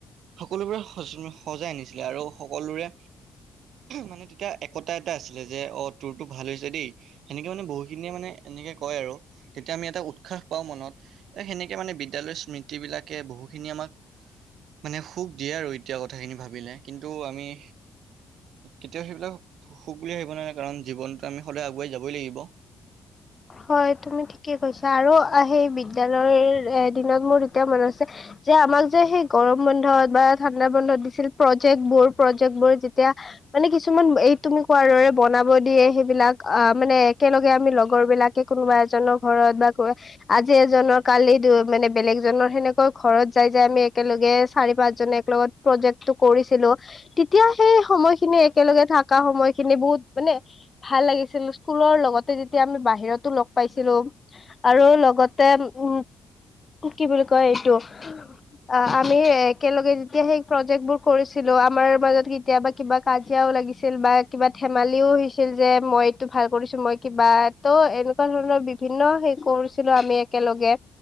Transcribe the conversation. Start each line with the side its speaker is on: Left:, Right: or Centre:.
Right: সকলোবোৰে সজ -সজাই আনিছিলে আৰু সকলোৰে মানে তেতিয়া একতা এটা আছিলে যে অ তোৰতো ভাল হৈছে দেই। সেনেকে মানে বহুখিনিয়ে মানে এনেকে কয় আৰু তেতিয়া আমি এটা উৎসাহ পাওঁ মনত। এই সেনেকৈ মানে বিদ্যালয়ৰ স্মৃতিবিলাকে বহুখিনি আমাক মানে সুখ দিয়ে আৰু এতিয়া কথাখিনি ভাবিলে কিন্তু আমি কেতিয়াও সেইবিলাক সুখ বুলি <unintelligible> নোৱাৰে কাৰণ জীৱনত আমি সদায় আগুৱাই যাবই লাগিব। <inaudible>
Left: হয় তুমি ঠিকে কৈছা আৰু সেই বিদ্যালয়ৰ এ দিনত মোৰ এতিয়া মন আছে। যে আমাক যে সেই গৰম বন্ধত বা ঠাণ্ডা বন্ধত দিছিল প্ৰজেক্ট বোৰ প্ৰজেক্ট বোৰ তেতিয়া মানে কিছুমান এই তুমি কোৱাৰ দৰে বনাব দিয়ে সেইবিলাক আ মানে একেলগে আমি লগৰ বিলাক কোনোবা এজনৰ ঘৰত বা ক আজি এজনৰ কালি <unintelligible> মানে বেলেগজনৰ সেনেকা ঘৰত যাই যাই আমি একেলগে চাৰি পাঁচ জন একলগত প্ৰজেক্টো কৰিছিলো। <unintelligible> সেই সময়খিনি একেলগে থাকা সময়খিনি বহুত মানে ভাল লাগিছিল স্কুলৰ লগতে যেতিয়া আমি বাহিৰত <unintelligible> লগ পাইছিলো আৰু লগতে উম কি বুলি কয় এইটো আ আমি একেলগে যেতিয়া সেই প্ৰজেক্ট বোৰ কৰিছিলো আমাৰ মাজত কেতিয়াবা কিবা কাজিয়াও লাগিছিল বা কিবা ধেমালিও হৈছিল যে মই এইটো ভাল কৰিছো মই কিবা ত ' <unintelligible> তেনেকুৱা ধৰণৰ বিভিন্ন হেৰি কৰিছিলো আমি একেলগে।